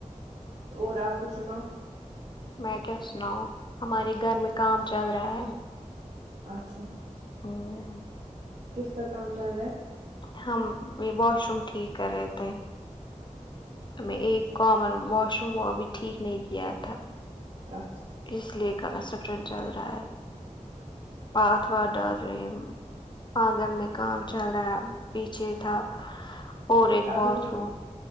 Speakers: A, on the right; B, on the left.
A: اور آپ کو سناؤ
B: میں کیا سناؤں ہمارے گھر میں کام چل رہا ہے
A: اچھا
B: اہ
A: کس کا کام چل رہا ہے
B: ہم یہ واش روم ٹھیک کر رہے تھے تمہے ایک کامن واشروم وہ ابھی ٹھیک نہیں کیا تھا
A: اچھا
B: اس لیے کنسٹشن چل رہا ہے اور پات واد ڈال رہے آنگن میں کام چل رہا ہے پیچھے تھا اور ایک
A: آپ
B: باتھ
A: نے کچھ
B: روم